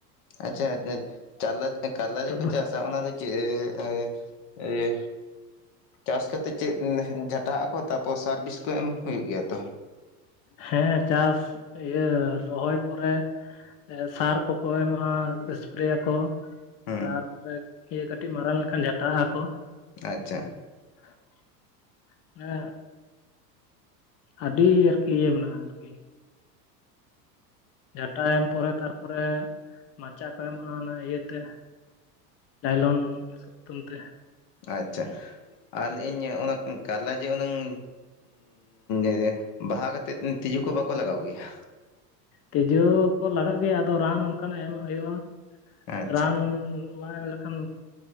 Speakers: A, on the left (about 55°); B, on the left (about 30°).
A: ᱟᱪᱪᱷᱟ ᱪᱟᱨᱞᱟ ᱮ ᱠᱟᱨᱞᱟᱡ
B: ᱱᱤᱛᱚᱜ
A: ᱡᱮ ᱠᱚ
B: ᱫᱚ
A: ᱪᱟᱥ <unintelligible> ᱚᱱᱟ ᱫᱚ ᱪᱮᱫ ᱮᱻ ᱮᱻ ᱪᱟᱥ ᱠᱟᱛᱮ ᱪᱮᱫ ᱡᱷᱟᱴᱟᱣᱟᱜ-ᱟ ᱠᱚ ᱛᱟᱯᱚᱨ ᱥᱟᱨᱼᱵᱤᱥ ᱠᱚ ᱮᱢ ᱦᱩᱭᱩᱜ ᱜᱮᱭᱟ ᱛᱚ?
B: ᱦᱮᱸ ᱪᱟᱥ ᱤᱭᱟᱹ ᱨᱚᱦᱚᱭ ᱯᱚᱨᱮ ᱮ ᱥᱟᱨ ᱠᱚᱠᱚ ᱮᱢᱟᱜᱼᱟ ᱮᱥᱯᱨᱮᱭᱟᱠᱚ᱾
A: ᱦᱩᱸ
B: ᱛᱟᱨᱯᱚᱨᱮ ᱤᱭᱟᱹ ᱠᱟᱹᱴᱤᱡ ᱢᱟᱨᱟᱝ ᱞᱮᱱᱠᱷᱟᱱ ᱡᱟᱴᱟᱣᱟᱜᱼᱟ ᱠᱚ᱾
A: ᱟᱪᱪᱷᱟ᱾
B: <inaudible> ᱟᱹᱰᱤ ᱟᱨᱠᱤ ᱤᱭᱟᱹ ᱢᱮᱱᱟᱜᱼᱟ ᱟᱨᱠᱤ᱾ ᱡᱷᱟᱴᱟ ᱮᱢ ᱯᱚᱨᱮ ᱛᱟᱨᱯᱚᱨᱮ ᱢᱟᱪᱟ ᱠᱚ ᱮᱢᱟᱜᱼᱟ ᱚᱱᱟ ᱤᱭᱟᱹᱛᱮ ᱞᱟᱭᱞᱚᱱ ᱥᱩᱛᱟᱹᱢ ᱛᱮ᱾
A: ᱟᱪᱪᱷᱟ ᱟᱨ ᱞᱟᱹᱭ-ᱤᱧ ᱚᱱᱟ ᱠᱟᱨᱞᱟ ᱡᱚ ᱦᱩᱱᱟᱹᱝ ᱮᱻ ᱵᱟᱦᱟ ᱠᱟᱛᱮᱫ ᱛᱤᱡᱩ ᱠᱚ ᱵᱟᱠᱚ ᱞᱟᱜᱟᱣ ᱜᱮᱭᱟ?
B: ᱛᱮᱡᱳ ᱠᱚ ᱞᱟᱜᱟᱜ ᱜᱮᱭᱟ ᱟᱫᱚ ᱨᱟᱱ ᱚᱱᱠᱟᱱᱟᱜ ᱮᱢᱟᱜ ᱦᱳᱭᱩᱜᱼᱟ
A: ᱟᱪᱪᱷᱟ
B: ᱨᱟᱱ ᱵᱟᱝ ᱮᱢ ᱞᱮᱠᱷᱟᱱ